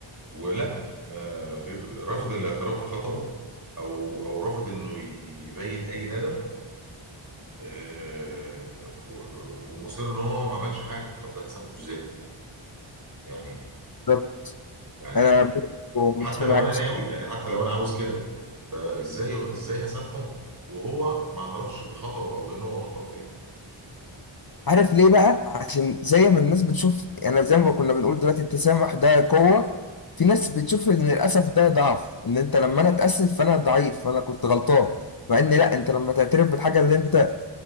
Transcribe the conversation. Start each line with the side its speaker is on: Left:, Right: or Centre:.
Right: ولا ما بي- رافض الاعتراف بخطأه أو أو رافض إنه يبين أي ندم آه، و- ومصر ان هو ما عملش حاجه طب ده هسامحه ازاي يعني
Left: بالظبط
Right: يعني
Left: انا متفق
Right: حتى لو
Left: معاك
Right: انا ناوي يعني حتى لو انا عاوز كده فازاي ازاي هسامحه وهو ما اعترفش بخطأه او انه هو غلطان في ايه
Left: عارف ليه بقى عشان زي ما الناس بتشوف يعني زي ما كنا بنقول دلوقتي التسامح ده قوة في ناس بتشوف ان للاسف ده ضعف ان انت لما انا اتأسف فانا ضعيف فانا كنت غلطان مع ان لا انت لما تعترف بالحاجة اللي انت